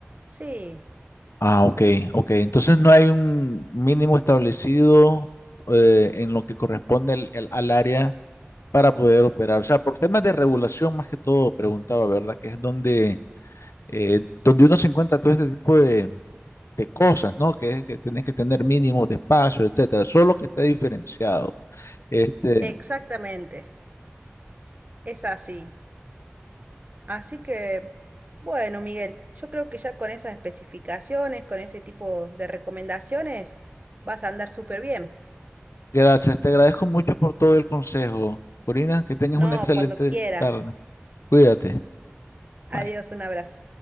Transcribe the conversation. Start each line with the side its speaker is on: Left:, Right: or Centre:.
Right: Sí,
Left: Ah, ok, ok. Entonces no hay un mínimo establecido eh, en lo que corresponde al, al- al área para poder operar. O sea, por temas de regulación más que todo, preguntaba, ¿verdad? Que es donde, eh, donde uno se encuentra todo este tipo de, de cosas, ¿no? Que es que tenés que tener mínimos de espacio, etcétera. Solo que está diferenciado. Este,
Right: exactamente, es así. Así que, bueno, Miguel, yo creo que ya con esas especificaciones, con ese tipo de recomendaciones, vas a andar súper bien.
Left: gracias, te agradezco mucho por todo el consejo. Corina, que tengas
Right: No,
Left: una excelente
Right: cuando quieras.
Left: tarde. Cuídate. Bye.
Right: Adiós, un abrazo.